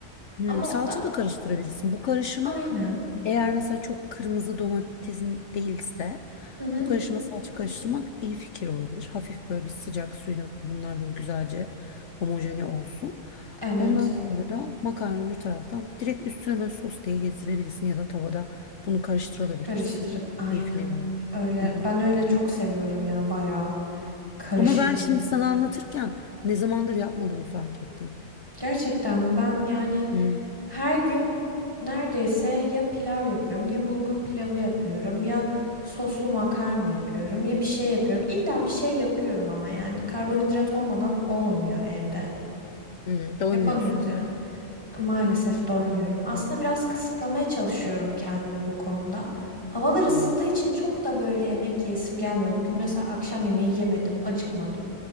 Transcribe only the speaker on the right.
Ama
o da
aynı.
Hı hı.
Evet.
Karıştırıp aynen.
Öyle
ben öyle çok seviyorum ya bayağı karışık
bir şekilde.
Gerçekten mi? Ben yani
her gün neredeyse ya pilav yapıyorum ya bulgur pilavı yapıyorum ya soslu makarna yapıyorum ya bir şey yapıyorum. İlla bir şey yapıyorum ama yani karbonhidrat olmadan olmuyor evde.
Yapamıyoruz
yani.
Maalesef doymuyorum. Aslında biraz kısıtlamaya çalışıyorum kendimi bu konuda. Havalar ısındığı
için çok da böyle yemek yesim gelmiyor. Bugün mesela akşam yemeği yemedim, acıkmadım.